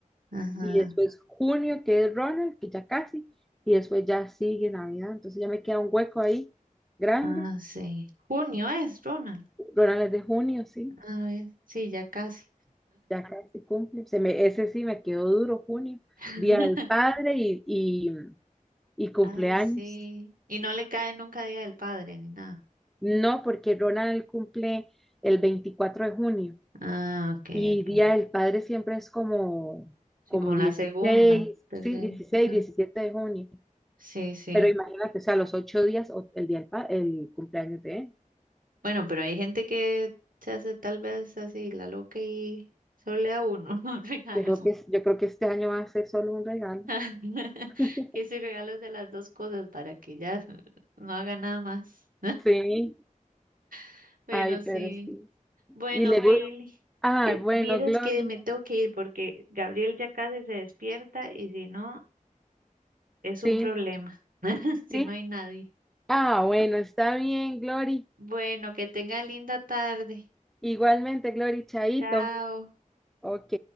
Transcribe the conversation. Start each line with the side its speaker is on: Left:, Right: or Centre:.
Right: ajá.
Centre: y después junio, que es Ronald, que ya casi, y después ya sigue Navidad. Entonces ya me queda un hueco ahí grande.
Right: Ah, sí. Junio es, Ronald.
Centre: Ronald es de junio, sí.
Right: A ver, sí, ya casi.
Centre: Ya casi cumple, se me, ese sí me quedó duro, junio,
Right: <laughs>
Centre: Día del Padre y, y, y cumpleaños.
Right: Ay, sí. Y no le cae nunca Día del Padre ni nada.
Centre: No, porque Ronald cumple el 24 de junio
Right: Ah, ok,
Centre: y
Right: ok.
Centre: Día del Padre siempre es como,
Right: Sí,
Centre: como
Right: con
Centre: 16,
Right: la segunda, tercera.
Centre: sí, 16,
Right: Ajá.
Centre: 17 de junio.
Right: Sí, sí.
Centre: Pero imagínate, o sea, los ocho días, o- el día del pa- el cumpleaños de él.
Right: Bueno, pero hay gente que se hace tal vez así la loca y solo le da uno <laughs> un regalo.
Centre: Yo creo que, es- yo creo que este año va a ser solo un regalo.
Right: <laughs>
Centre: <laughs>
Right: Que si regalos de las dos cosas para que ya no haga nada más.
Centre: Sí,
Right: <laughs> Pero
Centre: ay,
Right: sí.
Centre: pero sí.
Right: Bueno,
Centre: Y le
Right: Pili,
Centre: gusta. Ay,
Right: eh,
Centre: bueno,
Right: vieras
Centre: Glory,
Right: que me tengo que ir porque Gabriel ya casi se despierta y si no, es
Centre: sí,
Right: un problema <laughs> si
Centre: sí,
Right: no hay nadie.
Centre: Ah, bueno, está bien, Glory.
Right: Bueno, que tenga linda tarde.
Centre: Igualmente, Glory, Chaito.
Right: Chao.
Centre: Ok.